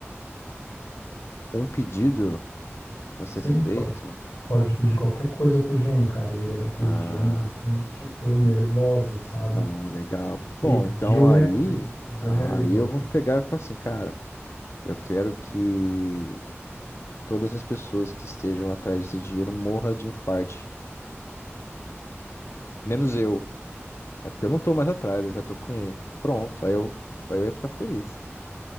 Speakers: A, on the left; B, on the left.
A: Um pedido. Vai ser
B: Sim,
A: feito?
B: tu pode, pode pedir qualquer coisa pro gênio, cara. E ele é daqueles
A: Ah,
B: gênios assim, tipo, nervoso, sabe?
A: Ah, legal. Bom,
B: Pediu,
A: então
B: re-
A: aí,
B: pediu,
A: ah,
B: realizou,
A: aí eu
B: cara.
A: vou pegar e falar assim, cara, eu quero que todas as pessoas que estejam atrás desse dinheiro morram de infarte. Menos eu. É porque eu não tô mais atrás, eu já tô com ele. Pronto, aí eu, aí eu ia ficar feliz.